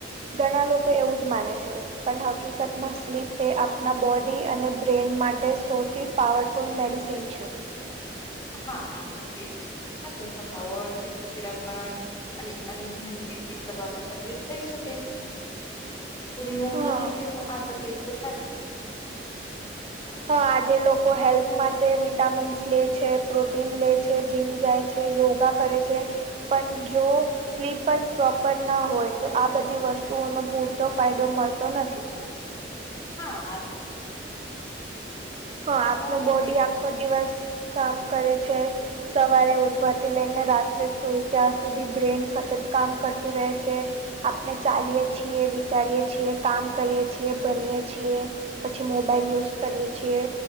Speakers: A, on the right (about 35°); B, on the left (about 20°).
A: ઘણા લોકો એવું જ માને છે. પણ હકીકતમાં સ્લીપ એ આપણા બોડી અને બ્રેન માટે શોત પાવરફુલ મેડિસિન છે.
B: હા આ તો છે જ આજથાવડ ચીડ ચિડાપન અને અને ધ્યાન કેન્દ્રિત કરવામાં તકલીફ થઈ શકે. પૂરી ઊંઘ
A: હા
B: ન લઈએ તો આ તકલીફ તો થાય જ
A: હ આજે લોકો હેલ્થ માટે વિટામિન્સ લે છે પ્રોટીન લે છે જીમ જાય છે યોગા કરે છે પન જો સ્લીપ જ પ્રોપર ન હોય તો આ બધી વસ્તુઓનો પૂરતો ફાયદો મળતો નથી.
B: હા આ
A: હા
B: ડોક્ટરો
A: આપનું
B: માટે
A: બોડી આખો દિવસ કામ કરે છે. સવારે ઉ ઉઠવાથી લઈને રાત્રે સુઈ ત્યાં સુધી બ્રેન સતત કામ કરતું રહે છે. આપને ચાલીએ છીએ વિચારીએે છીએ કામ કરીએ છીએ ભનીયએ છીએ પછી મોબાઈલ યુઝ કરીએ છીએ